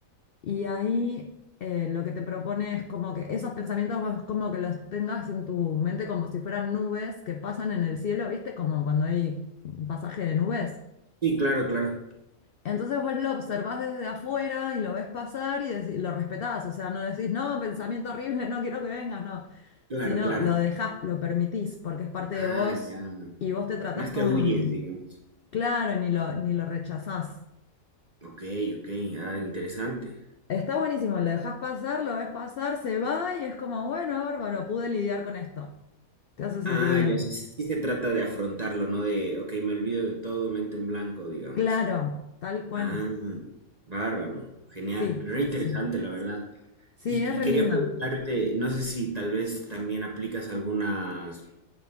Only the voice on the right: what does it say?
Sí, claro, claro.
Claro,
claro.
Ah,
ya. No
es
que huyes, digamos.
Ok, ok. Ah, interesante.
Ah,
ya, o sea, sí, sí se trata de afrontarlo, ¿no? De, ok, me olvido de todo, mente en blanco, digamos.
Ah, bárbaro, genial,
re interesante,
la verdad.
Y,
y
quería
preguntarte, no sé si tal vez también aplicas algunas,